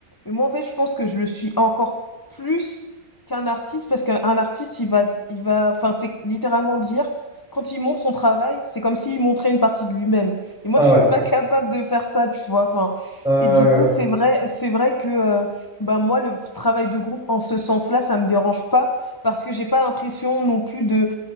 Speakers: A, on the left; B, in the centre.
A: mais moi, en fait, je pense que je le suis encore plus qu'un artiste parce qu'un un artiste, il va, il va, enfin, c'est littéralement dire quand il montre son travail, c'est comme s'il montrait une partie de lui-même. Et moi,
B: Ah
A: je suis
B: ouais.
A: pas capable de faire ça, tu vois. Enfin,
B: Euh,
A: et du coup,
B: ouais.
A: c'est vrai, c'est vrai que, euh, bah, moi, le travail de groupe, en ce sens-là, ça me dérange pas parce que j'ai pas l'impression non plus de